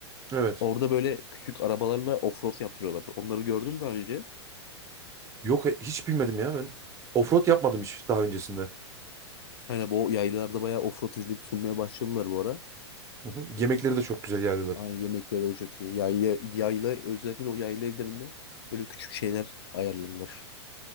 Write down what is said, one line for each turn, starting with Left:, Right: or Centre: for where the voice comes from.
Right: Evet.
Left: Orada böyle küçük arabalarla offroad yaptırıyorlar. Onları gördüm daha önce.
Right: Yok hiç bilmedim ya ben. Offroad yapmadım hiç daha öncesinde.
Left: Hani bu yaylalarda bayağı offroad hizmeti sunmaya başladılar bu ara.
Right: Hı hı. Yemekleri de çok güzel yerdeler.
Left: Ay yemekleri de çok iyi. Yayla, yayla özellikle o yayla evlerinde böyle küçük şeyler ayarlanırlar.